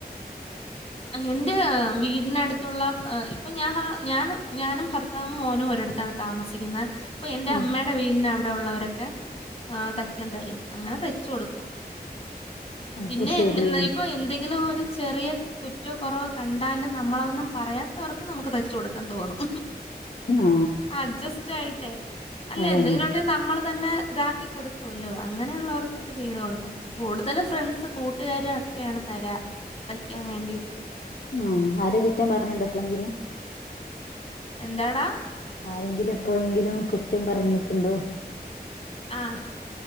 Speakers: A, on the left (about 35°); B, on the left (about 65°).
A: എന്റെ വീടിനടുത്തുള്ള എ ഇപ്പൊ ഞാൻ ഞാനും ഞാനും ഭർത്താവും മോനും ഒര ടുത്താണ് താമസിക്കുന്ന അപ്പൊ എന്റെ
B: ഉം
A: അമ്മേടെ വീടിന് അവിടെ ഒള്ളവരൊക്കെ തക്കാൻ തരും അങ്ങനെ തയ് ച്ചൊടുക്കും
B: അപ്പൊ
A: പിന്നെ
B: ശരി
A: ഇപ്പൊ എന്തെങ്കിലും ഒരു ചെറിയ ഏറ്റോ കൊറവോ കണ്ടാലും നമ്മള ഒന്നും പറയാത്തവർക്ക് നമുക്ക് തച്ച കൊടുക്കാൻ തോന്നും
B: ആ
A: അഡ്ജസ്റ്റ് ആയിട്ടെ അല്ല
B: അതന്നെ
A: എന്തെങ്കിലും ഒണ്ടെൽ നമ്മള തന്നെ ഇതാക്കി കൊടുക്കോല്ലോ അങ്ങനെയുള്ളവർക്കൊക്കെ ചെയ്ത് കൊടുക്കും കൂടുതലും ഫ്രണ്ട്സ് കൂട്ടുകാരി ഒക്കെയാണ് തരാ തക്കാൻ വേണ്ടീ
B: ഉ അവരെ കുറ്റം പറഞ്ഞിണ്ടോ എപ്പഴെങ്കിലും
A: എന്താടാ
B: ആരെങ്കിലും എപ്പോഴെങ്കിലും കുറ്റം പറഞ്ഞിട്ടുണ്ടോ
A: ആഹ്